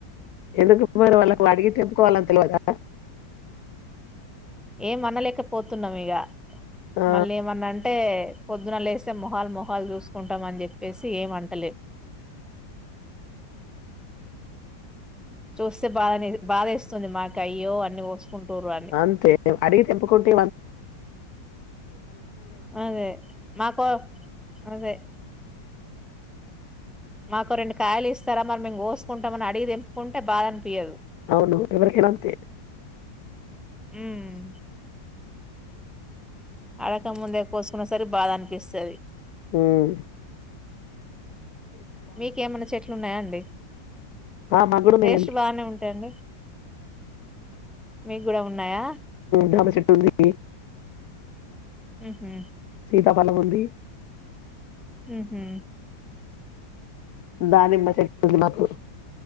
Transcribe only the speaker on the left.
ఎందుకు మరి వాళ్ళకు అడిగి తేంపుకోవాలని తెలివాదా
ఆ
అంతే అడిగి తెప్పుకుంటే
అవును ఎవరికైనా అంతే
హుమ్
ఆ మాకు కూడా ఉన్నాయండి
జామ చెట్టు ఉంది
సీతా పలం ఉంది
దానిమ్మ చెట్టుంది మాకు